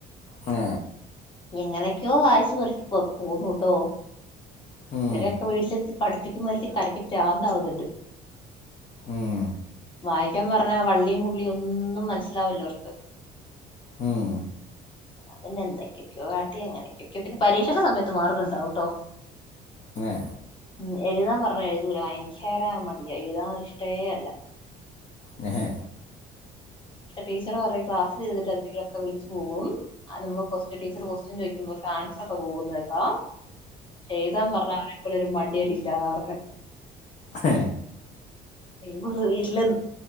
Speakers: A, on the left; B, on the left.
A: മ
B: എങ്ങനെയൊക്കെയോ വായിച്ചു പറക്കിപ്പോ പോന്നട്ടോ
A: ഉം,
B: ഇവരൊക്കെ വീട്ടിലിരുത്തി പഠിപ്പിക്കുമ്പോ എനിക്ക് തലക്ക് പ്രാന്ത വുന്നുണ്ട്
A: ഉം
B: വായിക്കാൻ പറഞ്ഞ വള്ളിയും പുള്ളിയും ഒന്നും മനസ്സിലാവല്ലോ ഇവർക്ക്
A: ഹം
B: ഞാൻ പിന്നെ എന്തൊക്കെയൊക്കോ കാട്ടി അങ്ങനെയക്കൊക്കോ പിന്നെ പരീക്ഷടെ സമയത്ത് മാർക്കുണ്ടാവുട്ടോ
A: ങേ
B: ഉം എഴുതാൻ പറഞ്ഞാൽ എഴുതൂല ഭയങ്കര മടിയ എഴുതാൻ ഇഷ്ടേ അല്ല
A: നെഹെ
B: ശ ടീച്ചർ പറഞ്ഞ് ക്ലാസ്സിൽഇരുന്നിട് എന്തക്കയോ ഒക്കെ വിളിച്ച് പോകും ആ നമ്മള് ടീച്ചർ ക്യുഎസ്ടിയൻ ചോദിക്കുമ്പോക്കെ ആൻസർ ഒക്കെ പോകുന്നേക്കോ ചെയ്താന്ന് പറഞ്ഞ അവനെ പോലൊരു മടി രില്ലാത അവരുടെ <inaudible>
A: ഹഏ
B: നടു വീട്ടിലന്ന്